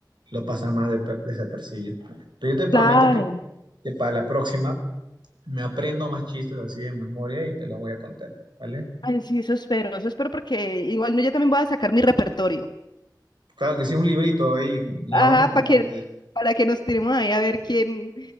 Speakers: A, on the right; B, on the left.
A: lo pasa más de- desapercibido. Pero yo te prometo
B: Claro.
A: que, que para la próxima Me aprendo más chistes así de memoria y te los voy a contar, ¿vale?
B: Ay, sí, eso espero, eso espero porque igual no, yo también voy a sacar mi repertorio.
A: Claro que sí, un librito ahí y
B: Ajá,
A: los vamos contando.
B: para que,
A: Sí,
B: para que nos tiremos ahí a ver quién,